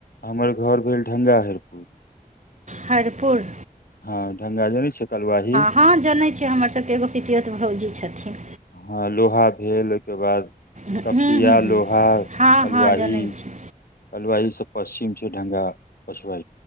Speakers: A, on the left (about 80°); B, on the right (about 50°).
A: हमर घोर भेल ढङग हरपुर
B: भरपूर
A: हैं ढंगा जनै छिय कलवाही
B: ह जनै छिय हमर सभ के एगो पितियत भाउजी छथिन
A: हा लोहा भेल ओहिके बाद
B: हूँ
A: कपसिया
B: हूँ हूँ
A: लोहा
B: हँ
A: कलुआही
B: हँ जनै छी
A: कलुवााही सँ पश्चछिम छैय ढंगा पछुआ।